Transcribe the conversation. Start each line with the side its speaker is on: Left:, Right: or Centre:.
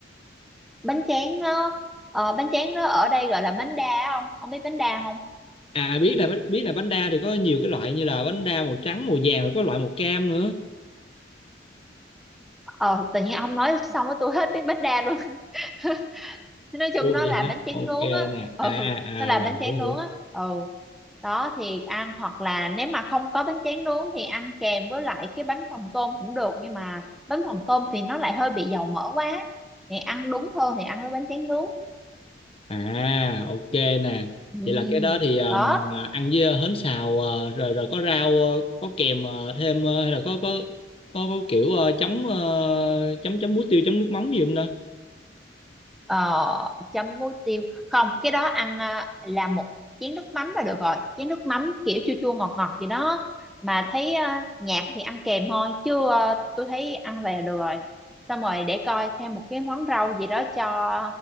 Centre: bánh tráng nó ờ, bánh tráng nó ở đây gọi là bánh đa á không ông biết bánh đa không
Left: à biết là biết là bánh đa thì có nhiều cái loại như là bánh đa màu trắng màu vàng rồi có loại màu cam nữa
Centre: ờ tự nhiên ông nói xong với tôi hết biết bánh đa luôn <laughs> Thế nói chung
Left: ồ
Centre: nó
Left: vậy
Centre: là
Left: hả
Centre: bánh tráng
Left: ok
Centre: nướng á
Left: nè
Centre: ừ
Left: à à
Centre: nó là
Left: rồi
Centre: bánh tráng
Left: hiểu
Centre: nướng
Left: hiểu
Centre: á ừ đó thì ăn hoặc là nếu mà không có bánh tráng nướng thì ăn kèm với lại cái bánh phồng tôm cũng được nhưng mà bánh phồng tôm thì nó lại hơi bị dầu mỡ quá thì ăn đúng hơn thì ăn với bánh tráng nướng
Left: à ok nè
Centre: ừ.
Left: vậy là cái đó thì ờ,
Centre: đó
Left: mình ờ, ăn với hến xào ờ, rồi rồi có rau ờ, có kèm ờ, thêm ờ, hay là có có có, có kiểu ờ, chấm ờ, chấm chấm muối tiêu chấm nước mắm gì không đó
Centre: ờ, chấm muối tiêu không cái đó ăn à, là một chén nước mắm là được rồi chén nước mắm kiểu chua chua ngọt ngọt gì đó mà thấy à, nhạt thì ăn kèm thôi chứ à, tôi thấy ăn về là được rồi xong rồi để coi thêm một cái món rau gì đó cho